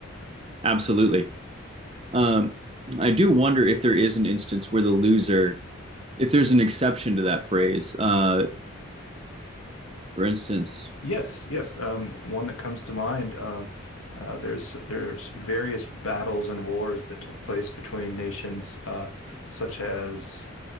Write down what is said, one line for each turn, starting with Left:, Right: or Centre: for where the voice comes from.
Right: absolutely um, i do wonder if there is an instance where the loser if there's an exception to that phrase uh, for instance
Left: Yes, yes. Um, one that comes to mind. Um, uh, there's there's various battles and wars that took place between nations, uh, such as